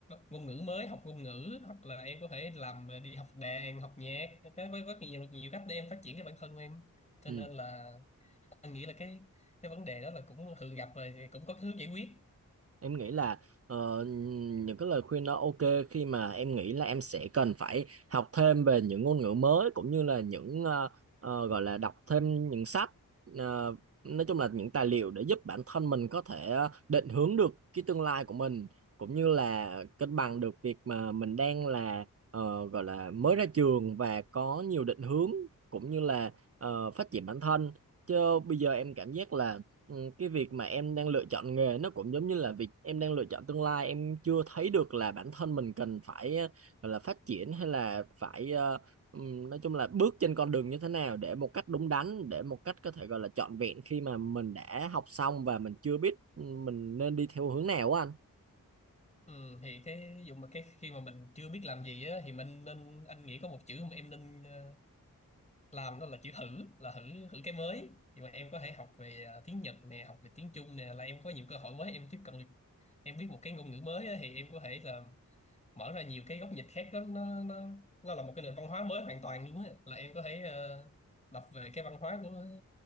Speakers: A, on the left; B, on the right.
A: ngôn ngữ mới học ngôn ngữ hoặc là em có thể làm ờ, đi học đàn học nhạc cái với rất nhiều nhiều cách để em phát triển cái bản thân em cho
B: Ừ.
A: nên là anh nghĩ là cái cái vấn đề đó là cũng thường gặp rồi thì cũng có hướng giải quyết
B: Em nghĩ là ờ, những cái lời khuyên đó ok khi mà em nghĩ là em sẽ cần phải học thêm về những ngôn ngữ mới cũng như là những ờ, ờ, gọi là đọc thêm những sách ờ, nói chung là những tài liệu để giúp bản thân mình có thể ờ, định hướng được cái tương lai của mình cũng như là cân bằng được việc mà mình đang là ờ, gọi là mới ra trường và có nhiều định hướng cũng như là ờ, phát triển bản thân chứ bây giờ em cảm giác là Ừ, cái việc mà em đang lựa chọn nghề nó cũng giống như là việc em đang lựa chọn tương lai em chưa thấy được là bản thân mình cần phải ờ, gọi là phát triển hay là phải ờ, ừm, nói chung là bước trên con đường như thế nào để một cách đúng đắn để một cách có thể gọi là trọn vẹn khi mà mình đã học xong và mình chưa biết ừ, mình nên đi theo hướng nào á anh
A: Ừ, thì cái ví dụ mà cái khi mà mình chưa biết làm gì á thì mình nên anh nghĩ có một chữ mà em nên ờ, làm đó là chữ thử là thử thử cái mới nhưng mà em có thể học về à, tiếng Nhật nè học về tiếng Trung nè là em có nhiều cơ hội mới em tiếp cận được em biết một cái ngôn ngữ mới á, thì em có thể là mở ra nhiều cái góc nhìn khác lắm nó nó nó là một cái nền văn hóa mới hoàn toàn luôn á là em có thể ờ, đọc về cái văn hóa của